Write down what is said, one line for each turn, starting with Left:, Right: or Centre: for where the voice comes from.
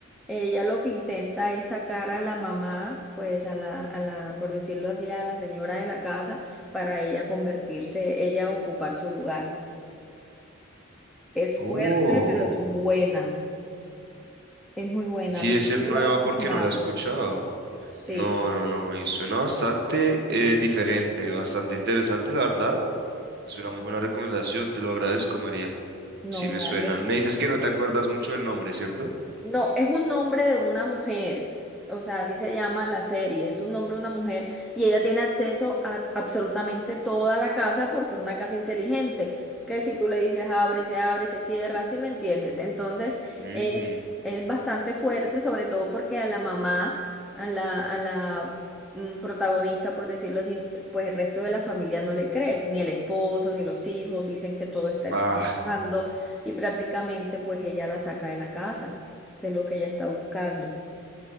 Centre: Ella lo que intenta es sacar a la mamá, pues a la, a la, por decirlo así, a la señora de la casa para ella convertirse, ella ocupar su lugar. Es
Right: Oh,
Centre: fuerte, pero es buena, es muy buena,
Right: sí,
Centre: no
Right: es
Centre: sé
Right: ser nueva
Centre: si la has escuchado.
Right: porque no la he escuchado.
Centre: Sí,
Right: No, no, no, y suena bastante eh, diferente, bastante interesante, la verdad. Es una muy buena recomendación, te lo agradezco, María.
Centre: no,
Right: Sí me
Centre: dale.
Right: suenan. Me dices que no te acuerdas mucho del nombre, ¿cierto?
Centre: No, es un nombre de una mujer, o sea, así se llama la serie, es un nombre de una mujer y ella tiene acceso a absolutamente toda la casa porque es una casa inteligente, que si tú le dices abre, se abre, se cierra, si me entiendes? Entonces
Right: Ujú.
Centre: es, es bastante fuerte, sobre todo porque a la mamá, a la, a la mm, protagonista, por decirlo así, pues el resto de la familia no le cree, ni el esposo, ni los hijos, dicen que todo está exagerando
Right: Ah,
Centre: y prácticamente pues ella la saca de la casa que es lo que ella está buscando.